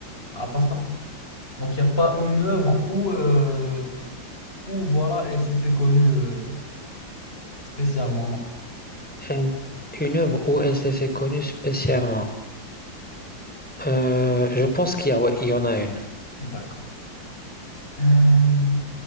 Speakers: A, on the left; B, in the centre.
A: Ah, passe-partout. Donc il n'y a pas une œuvre où, euh, où voilà, elle s'est fait connue euh, spécialement, non.
B: Euh, Une œuvre où elle s'est fait connue spécialement. Euh, je pense qu'il y a, ouais, il y en a une.
A: D'accord. Euh,